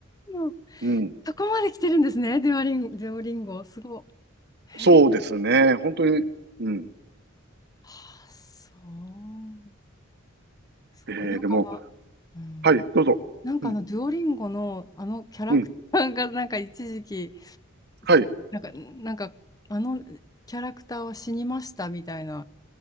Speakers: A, on the left; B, on the right.
A: そう、
B: うん。
A: そこまで来てるんですね、デュオリン、デュオリンゴ、すごい。
B: そうですね。
A: えー、
B: 本当に、うん。
A: はあ、そう。そっか、
B: えー、
A: なんかあの、
B: でも、
A: うん、
B: はい、どうぞ。
A: なんかあの、
B: うん、
A: デュオリンゴのあのキャラクターが、
B: うん、
A: なんか一時期、
B: はい。
A: す、なんか、なんか、あのキャラクターは死にましたみたいな。